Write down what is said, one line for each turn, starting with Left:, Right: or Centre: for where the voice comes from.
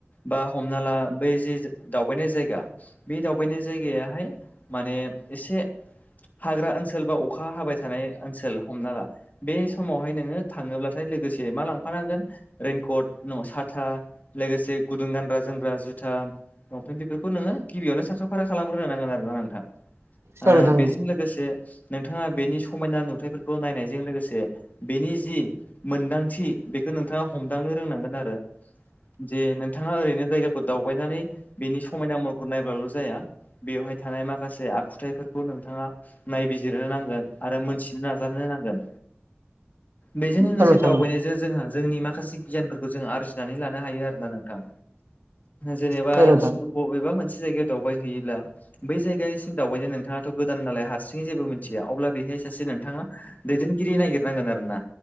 Left: बा हमना ला बै जि दावबायनाय जायगा बे दावबायनाय जायगायाहाय माने एसे हाग्रा ओनसोल बा अखा हाबाय थानाय ओनसोल हमना ला बे समावहाय नोङो थाङोब्लाथाय लोगोसे मा लांफानांगोन रइेनकट न साथा लोगोसे गुदुं गानग्रा जोमब्रा जुथा लंपेन्ट बेफोरखौ नोङो गिबियावनो साखा फारा खालामग्रोनो नांगोन आरोना नोंथां
Right: औ
Left: आ
Right: नोंथां औ नोंथां
Left: बेजों लोगोसे नोंथाङा बेनि समायना नुथाइफोरखौ नायनायजों लोगोसे बेनि जि मोनदांथि बेखौ नोंथाङा हमदांनो रोंनांगोन आरो जे नोंथाङा ओरैनो जायगाखौ दावबायनानै बेनि समायना महरखौ नायब्लाल' जाया बेवहाय थानाय माखासे आखुथायफोरखौ नोंथाङा नायबिजिरनो नांगोन आरो मोनथिनो नाजानो नांगोन बेजों लोगोसे
Right: औ नोंथां
Left: दावबायनायजों जोंहा जोंनि मा माखासे गियानफोरखौ जों आरजिनानै लानो हायो आरोना नोंथां जेनेबा
Right: औ औ नोंथां
Left: बबेबा मोनसे जायगायाव दावबाय हैयोब्ला बै जायगासिम दावबायनो नोंथाङाथ' गो गोदान नालाय हारसिङै जेबो मिथिया अब्ला बेहाय सासे नोंथाङा दैदेनगिरि नायागिरनांगोन आरो ना